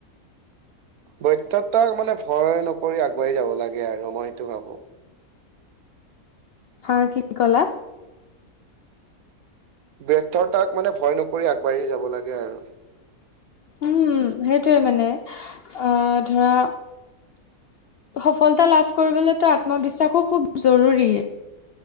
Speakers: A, on the right (about 75°); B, on the left (about 70°).
A: বৈথ তৰ মানে ভয় নকৰি আগুৱ়াই যাব লাগে আৰু মই সেইটো ভাবো।
B: হা কি কলা?
A: ব্যৰ্থতাক মানে ভয় নকৰি আগবাঢ়ি যাব লাগে আৰু।
B: উম সেইটয়ে মানে, আহ ধৰা সফলতা লাভ কৰিবলৈতো আত্মবিশ্বাসো খুব জৰুৰী।